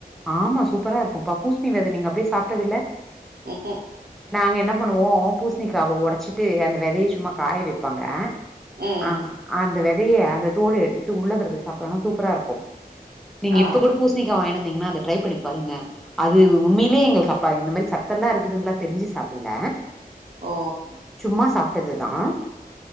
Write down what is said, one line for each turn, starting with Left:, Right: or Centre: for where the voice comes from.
Centre: ஆமா சூப்பரா இருக்கும் தர்பூஸ்ணி வெத நீங்க அப்டியே சாப்ட்டது இல்ல
Right: ம்ஹூம்
Centre: நாங்க என்ன பண்ணுவோம் பூஸ்ணிக்காவ ஒடச்சிட்டு அந்த வெதைய சும்மா காய வைப்பாங்க
Right: ம்
Centre: ஆ அந்த வெதைய அந்த தோல எடுத்துட்டு உள்ளதருக்கற சாப்டோனா சூப்பரா இருக்கும் நீங்க
Right: ஆ
Centre: இப்ப கூட பூஸ்ணிக்கா வாங்கினந்தீங்கன்னா அத ட்ரை பண்ணி பாருங்க அது உண்மையிலயே எங்களுக்கு அப்ப இந்த மாரி சத்த எல்லாம் இருக்குதுன்னல்லாம் தெரிஞ்சு சாப்பல்ல
Right: ஓ
Centre: ம் சும்மா சாப்ட்டதுதான்